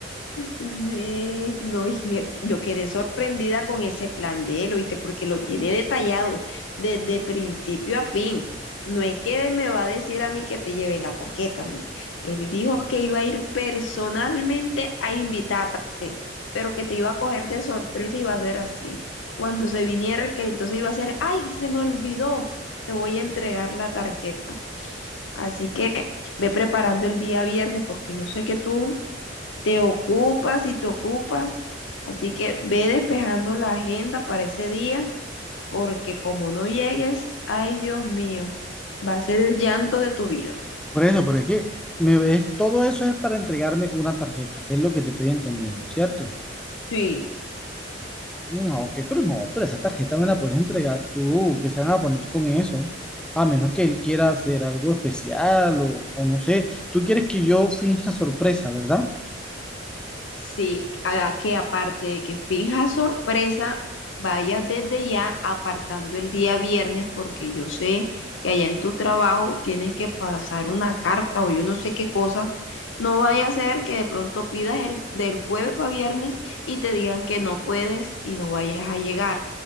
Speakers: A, on the left; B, in the centre.
A: Sí, no, y je- yo quedé sorprendida con ese plan de él, ¿oíste? Porque lo tiene detallado desde principio a fin. No es que me va a decir a mí que te lleve la tarjeta, no. Él dijo que iba a ir personalmente a invitarte, pero que te iba a coger de sorpresa y iba a ser así. Cuando se viniera, que entonces iba a ser, ay, se me olvidó, te voy a entregar la tarjeta. Así que ve preparando el día viernes, porque yo sé que tú te ocupas y te ocupas. Así que ve despejando la agenda para ese día, porque como no llegues, ay Dios mío, va a ser el llanto de tu vida.
B: Por eso, porque es que me- es, todo eso es para entregarme una tarjeta, es lo que te estoy entendiendo, ¿cierto?
A: Sí.
B: No, ok, pero no, pero esa tarjeta me la puedes entregar tú, que se van a poner con eso, a menos que él quiera hacer algo especial o, o no sé, tú quieres que yo finja sorpresa, ¿verdad?
A: Sí, haga que aparte de que finja sorpresa, vaya desde ya apartando el día viernes porque yo sé que allá en tu trabajo tienes que pasar una carta o yo no sé qué cosa. No vaya a ser que de pronto pidas el, del jueves para viernes y te digan que no puedes y no vayas a llegar.